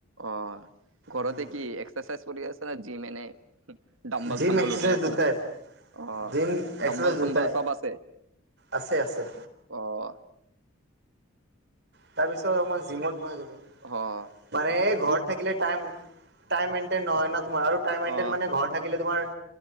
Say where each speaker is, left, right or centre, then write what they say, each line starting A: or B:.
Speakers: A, on the right (about 80°); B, on the right (about 55°).
A: অ', ঘৰতে
B: উম,
A: কি এক্সাৰচাইজ কৰি আছে নে জিম এনে? হম', -হম', ডাম্বল
B: জিম
A: চাম্বল
B: এক্সাৰচাইজ
A: উঠাই আছিলা,
B: দুটাই
A: অ',
B: জিম এক্সাৰচাইজ
A: ডাম্বল চম্বল
B: দুটাই।
A: চব আছে?
B: আছে', - আছে',
A: অহ', -অহ',
B: তাৰপিছত, অকমান জিমত সোমাই গলোঁ',
A: অ
B: মানে এই ঘৰত
A: জি
B: থাকিলে টাইম-টাইম মেইনটেইন নহয় ন তোমাৰ আৰু', টাইম মেইনটেইন
A: অ
B: মানে ঘৰত থাকিলে তোমাৰ